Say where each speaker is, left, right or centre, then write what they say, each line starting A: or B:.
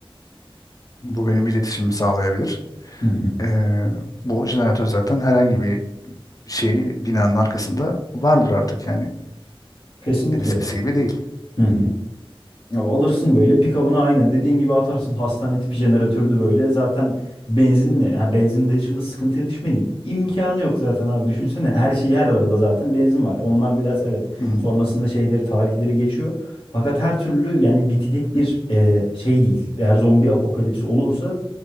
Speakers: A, on the left (about 40°); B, on the left (about 70°).
A: Bu benim iletişimimi sağlayabilir.
B: Hı hı.
A: Ee, bu jeneratör zaten herhangi bir şey binanın arkasında vardır artık yani
B: Kesinlikle.
A: eskisi gibi değil.
B: Hı hı. Ya alırsın böyle pick-up'ına aynen dediğin gibi atarsın hastane tipi jeneratörü de böyle zaten benzinle ha benzin de şimdi sıkıntıya düşmenin imkanı yok zaten abi düşünsene her şeyi her arabada zaten benzin var onlar biraz evet
A: Hı hı.
B: sonrasında şeyleri tarihleri geçiyor fakat her türlü yani bitecek bir e, şey değil eğer zombi apokalipsi olursa